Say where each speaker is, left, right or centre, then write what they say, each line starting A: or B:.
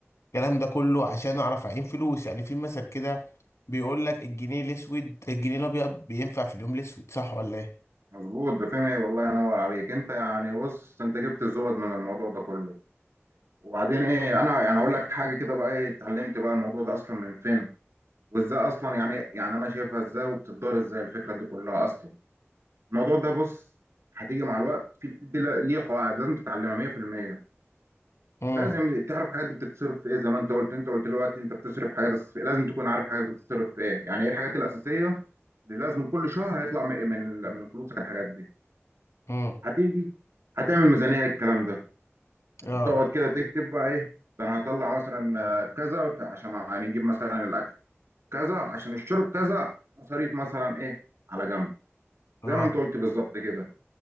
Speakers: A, on the left (about 85°); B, on the right (about 70°).
A: الكلام ده كله عشان اعرف اعين فلوس يعني في مثل كده بيقول لك الجنيه الاسود الجنيه الابيض بينفع في اليوم الاسود صح ولا ايه
B: مظبوط ده فهمني والله ينور عليك انت يعني بص انت جبت الزبد من الموضوع ده كله وبعدين ايه انا يعني هقول لك حاجه كده بقى ايه اتعلمت بقى الموضوع ده اصلا من فين وازاي اصلا يعني يعني انا شايفها ازاي وبتدار ازاي الفكره دي كلها اصلا الموضوع ده بص هتيجي مع الوقت في دي ل- ليه قواعد لازم تتعلمها 100%
A: امم
B: لازم تعرف حاجات بتتصرف في ايه زي ما انت قلت انت قلت دلوقتي انت بتصرف حاجات أساسية. لازم تكون عارف حاجات بتتصرف في ايه يعني ايه الحاجات الاساسيه اللي لازم كل شهر هيطلع من من من فلوسك الحاجات دي
A: امم
B: هتيجي هتعمل ميزانيه الكلام ده انت
A: اه
B: تقعد كده تكتب بقى ايه ده انا هطلع مثلا آه، كذا ف- عشان هنجيب مثلا الاكل كذا عشان الشرب كذا مصاريف مثلا ايه على جنب
A: اه
B: زي ما انت قلت بالظبط كده